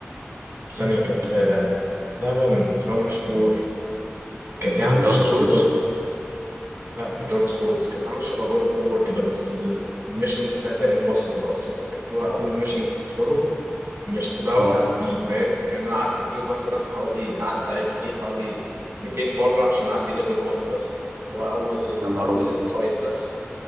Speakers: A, on the right; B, on the right.
A: ثانية كانت آه، لعبة اسمها مشهور كانت هي عاملة
B: دارك
A: شبه
B: سولز
A: ذا جاد اوف لا مش دارك سولز كانت عاملة شبه جاد اوف وور كده بس الميشنز بتاعتها امبوسيبل اصلا كانت هو اول ميشن تدخله مش بتعرف
B: اه
A: تعديه فاهم يعني انا قعدت فيه مثلا حوالي قعدت اعيد فيه حوالي 200 مرة عشان اعدي ليفل 1 بس هو اول
B: يا نهار
A: اول
B: ابيض
A: فايت بس